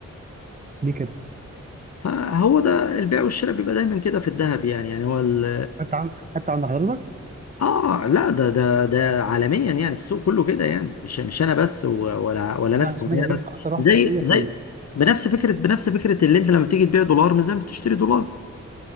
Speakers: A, on the right; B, on the left.
A: دي كده
B: فهو ده البيع والشراء بيبقى دايما كده في الذهب يعني يعني هو ال
A: حتى عند حتى عند حضرتك
B: اه لا ده ده ده عالميا يعني السوق كله كده يعني مش مش انا بس و- ولا ولا
A: انا
B: ناس
A: عشان
B: معينه
A: اجي ابيع
B: بس
A: اخسر 1%
B: زي زي
A: في المية في ال-
B: بنفس فكره بنفس فكره اللي انت لما تيجي تبيع دولار مش زي ما بتشتري دولار